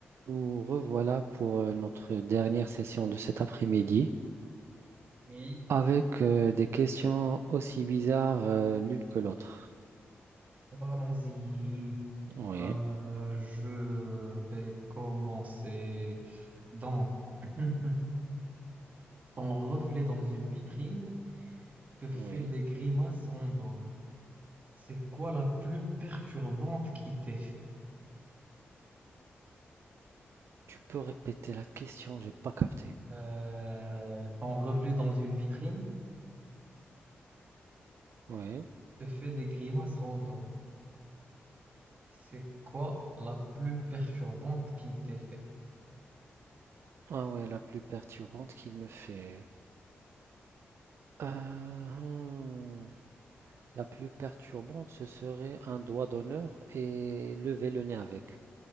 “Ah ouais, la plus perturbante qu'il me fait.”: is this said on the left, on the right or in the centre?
Right